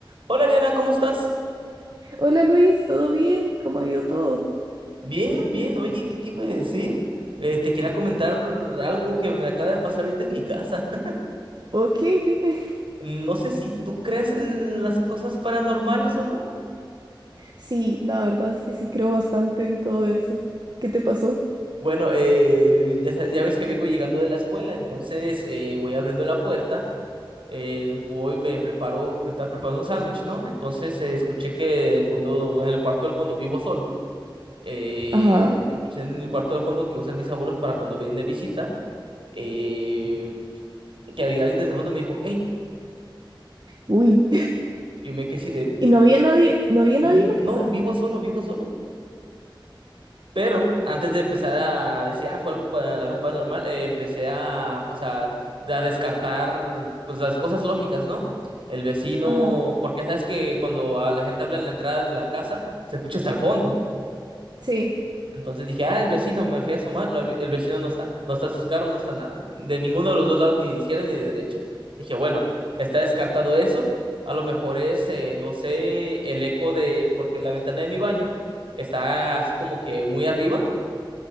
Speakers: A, on the right; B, on the right.
A: Hola Ariana, ¿cómo estás?
B: Hola Luis, ¿todo bien? ¿Cómo ha ido todo?
A: Bien, bien. Oye, ¿qué te iba a decir? Eh, te quería comentar algo que me acaba de pasar ahorita en mi casa. <laughs>
B: Ok, dime.
A: No sé si tú crees en las cosas paranormales o no.
B: Sí, la verdad es que sí creo bastante en todo eso. ¿Qué te pasó?
A: Bueno, eh, ya, sa- ya ves que vengo llegando de la escuela, entonces eh, voy abriendo la puerta, eh, voy, me preparo, me estaba preparando un sándwich, ¿no? Entonces eh, escuché que el fondo, en el cuarto del fondo, vivo solo. eh,
B: Ajá.
A: escuché en el cuarto del fondo que usan mis abuelos para cuando vienen de visita Eh, que alguien desde el fondo me dijo, hey,
B: Uy. <laughs>
A: yo me quedé así de,
B: Y no había nadie, no había
A: "Mm,
B: nadie en la casa.
A: no, vivo solo, vivo solo. Pero antes de empezar a decir, ah, fue algo, pa- algo paranormal, eh, empecé a, pues, a, a descartar, pues, las cosas lógicas, ¿no? El vecino,
B: Ajá.
A: porque sabes que cuando a la gente habla en la entrada de la casa, se escucha hasta el fondo.
B: Sí.
A: Entonces dije, ah, el vecino, me fui a asomar, no, el vecino no está, no está sus carros, no está nada, de ninguno de los dos lados, ni de izquierda ni de derecha. Dije, bueno, está descartado eso, a lo mejor es, eh, no sé, el eco de, porque la ventana de mi baño está así como que muy arriba,